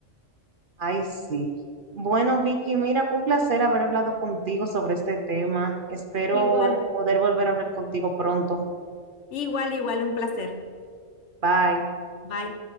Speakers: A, on the right; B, on the left.
A: Ay, sí. Bueno, Vicky, mira, fue un placer haber hablado contigo sobre este tema. Espero
B: Igual,
A: poder volver a hablar contigo pronto.
B: igual, igual, un placer.
A: Bye.
B: Bye.